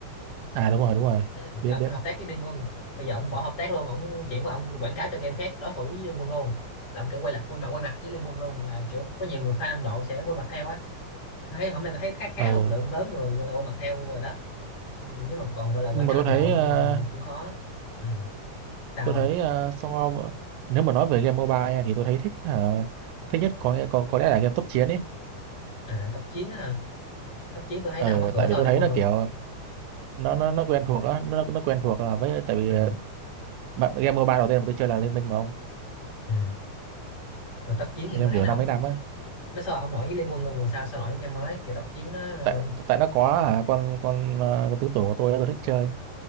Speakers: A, on the right; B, on the left.
A: à đúng rồi đúng rồi
B: ừ.
A: biết
B: làm
A: biết
B: cái hợp tác với Liên Quân bây giờ ông bỏ hợp tác luôn ông chuyển qua ông quảng cáo cho game khác đối thủ với Liên Quân luôn là ông kiểu quay lại quay mặt quay mặt với Liên Quân luôn là kiểu có nhiều người fan Nam Độ sẽ quay mặt theo á Tôi thấy hôm nay tôi thấy khá khá
A: ờ
B: một lượng lớn người gọi là quay mặt theo rồi đó Ừ, nếu mà còn gọi là quảng
A: nhưng
B: cáo
A: mà tôi
B: rầm
A: thấy
B: rộ nữa
A: ờ,
B: cũng khó ừ. sao
A: tôi thấy ờ, so v- nếu mà nói về game mobile nha, thì tôi thấy thích hả, thích nhất có nghĩa có có lẽ là game tốc chiến ấy
B: à tốc chiến á hả tốc chiến tôi thấy
A: ờ
B: nó không có cửa
A: tại vì
B: so
A: tôi
B: Liên
A: thấy
B: Quân
A: là
B: luôn
A: kiểu
B: á
A: nó nó nó quen thuộc á nó nó quen thuộc à, với tại vì
B: à,
A: ờ, bạn- game mobile đầu tiên mà tôi chơi là Liên Minh mà ông
B: ừ. mà tốc chiến
A: game
B: thì tôi thấy
A: kiểu
B: nó
A: năm
B: không
A: mấy năm á
B: nó sao không nổi với Liên Quân luôn rồi sao sao nổi với game mới kiểu tốc chiến nó ờ,
A: tại tại nó có hả, con con ờ, con tứ tưởng của tôi á, tôi thích chơi